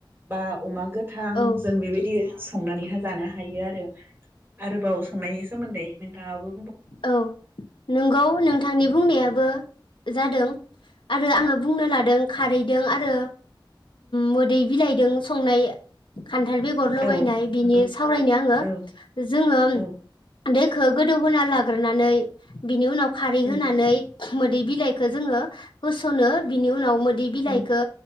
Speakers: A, on the right; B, on the left.
A: बा अमा गो थां
B: औ औ
A: जों बेबायदि संनानैहाय जानो हायो आरो। आरोबाव संनायनि सोमोन्दै नोंथांआबो
B: औ नंगौ नोंथांनि बुंनायाबो जादों आरो आंङो बुंनो लादों खारैदों आरो मोदै बिलाइदों संनाय खान्थाल बेगर लगायनाय
A: औ
B: बिनि
A: नंगौ
B: सावरायनो आंङो
A: औ
B: जोंङो
A: औ
B: दैखौ गोदौ होनोना लाग होग्रोनानै बिनि उनाव खारै
A: उम
B: होनानै मोदै बिलाइखौ जोंङो होसनो बिनि उनाव मोदै बिलाइखो
A: उम